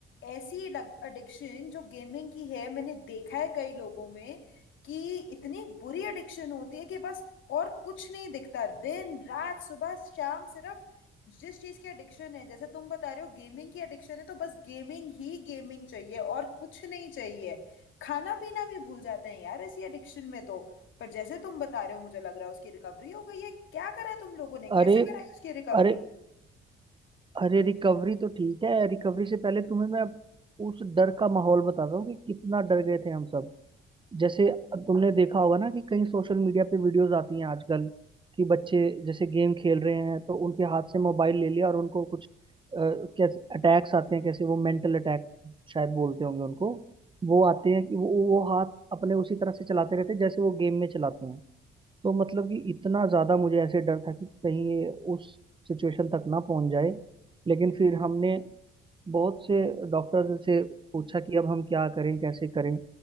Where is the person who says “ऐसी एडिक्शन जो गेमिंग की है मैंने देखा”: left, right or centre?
Left